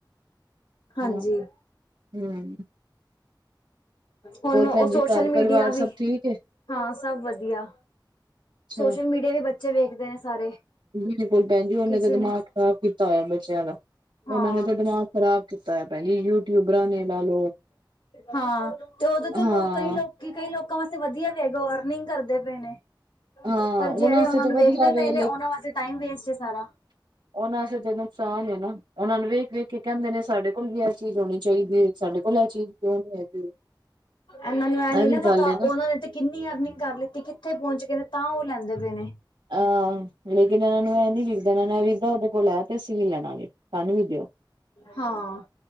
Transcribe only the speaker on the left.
ਹਾਂਜੀ
ਹੁਨ ਓਹ
ਸੋਸ਼ਲ-ਮੀਡੀਆ
ਵੀ।
ਹਾਂ, ਸਭ ਵਦੀਆ।
ਸੋਸ਼ਲ-ਮੀਡੀਆ ਵੀ ਬੱਚੇ ਵੇਖਦੇ ਨੇ ਸਾਰੇ।
ਕਿਸੇ
ਨੇ
ਹਾਂ
ਹਾਂ, ਤੇ ਓਹ ਤੇ ਚਲੋ
ਕਈ ਲੋਕ ਕਿ ਕਈ ਲੋਕਾਂ ਵਾਸਤੇ ਵਧੀਆ ਵੀ ਹੈਗਾ, ਓ ਅਰਨਿੰਗ ਕਰਦੇ ਪਏ ਨੇ।
ਪਰ
ਜਿਹੜੇ
ਓਨਾ
ਨੂੰ
ਵੇਖਦੇ
ਪਏ ਨੇ, ਓਨਾਂ ਵਾਸਤੇ ਟਾਈਮ ਵੇਸਟ ਏ ਸਾਰਾ।
ਏਨਾਂ ਨੂੰ ਐਂ
ਨੀ
ਨਾ ਪਤਾ
ਉਨਾਂ ਨੇ ਤੇ ਕਿੰਨੀ ਅਰਨਿੰਗ ਕਰ ਲੀ ਕਿ ਕਿੱਥੇ ਪਹੁੰਚ ਗਏ ਨੇ ਤਾਂ ਓਹ ਲੈਂਦੇ ਪਏ ਨੇ।
ਹਾਂ